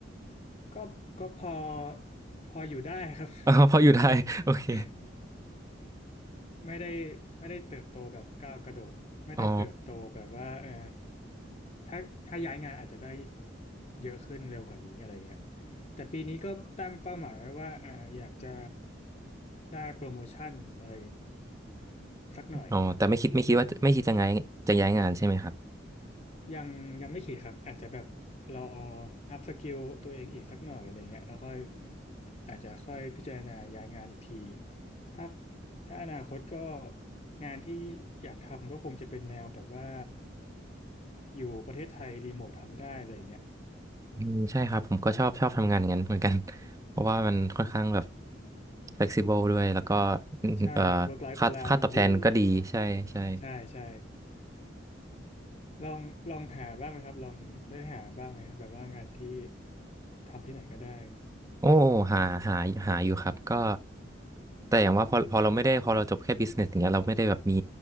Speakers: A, on the left (about 40°); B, on the right (about 20°).
A: ก็ก็พอพออยู่ได้ครับ
B: <laughs> อ๋อเพราะอยู่ไทยโอเค
A: <laughs> ไม่ได้ไม่ได้เติบโตแบบก้าวกระโดดไม่ได้เติบโตแบบว่าเออ
B: อ๋อ
A: ถ้าถ้าย้ายงานอาจจะได้เยอะขึ้นเร็วกว่านี้อะไรเงี้ยแต่ปีนี้ก็ตั้งเป้าหมายไว้ว่าอ่าอยากจะได้โปรโมชั่นอะไรสักหน่อย
B: อ๋อแต่ไม่คิดไม่คิดว่าไม่คิดจะย้ายจะย้ายงานใช่ไหมครับ
A: ยังยังไม่คิดครับอาจจะแบบรออัพสกิลตัวเองอีกสักหน่อยอะไรเงี้ยแล้วค่อยอาจจะค่อยพิจารณาย้ายงานอีกทีถ้าถ้าอนาคตก็งานที่อยากทำก็คงจะเป็นแนวแบบว่าอยู่ประเทศไทยรีโมททำได้อะไรเงี้ย
B: อืมใช่ครับผมก็ชอบชอบทำงานอย่างนั้นเหมือนกัน <laughs> เพราะว่ามันค่อนข้างแบบ flexible ด้วยแล้วก็อืมเอ่อ
A: ใช่ work life
B: ค่าค่าตอบแทนก็ดีใช่ใช่
A: balance ดีอะไรใช่ใช่ลองลองหาบ้างไหมครับลองได้หาบ้างไหมแบบว่างานที่ทำที่ไหนก็ได้
B: โอ้หาหาหาอยู่ครับก็ แต่อย่างว่าพอพอเราไม่ได้พอเราจบแค่บิสเนสอย่างเงี้ยเราไม่ได้แบบมี